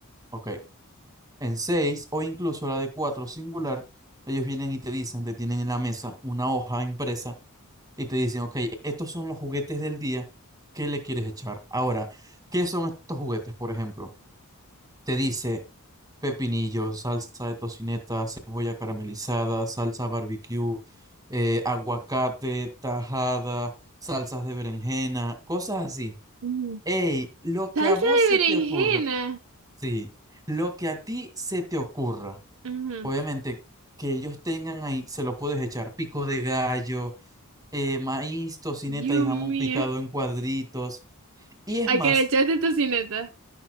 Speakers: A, on the right; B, on the right.
A: Ok. En seis o incluso la de cuatro singular, ellos vienen y te dicen, te tienen en la mesa una hoja impresa y te dicen, ok, estos son los juguetes del día, ¿qué le quieres echar? Ahora, ¿qué son estos juguetes, por ejemplo? Te dice pepinillo, salsa de tocineta, cebolla caramelizada, salsa barbecue, eh, aguacate, tajada, salsas de berenjena, cosas así.
B: ujú.
A: Ey, lo que
B: Salsa
A: a vos
B: de
A: se
B: berenjena.
A: te ocurra, sí, lo que a ti se te ocurra.
B: Ajá.
A: Obviamente, que ellos tengan ahí, se lo puedes echar pico de gallo, eh, maíz, tocineta
B: Dios
A: y jamón
B: mío.
A: picado en cuadritos. Y es
B: ¿A
A: más,
B: que le echaste tocineta?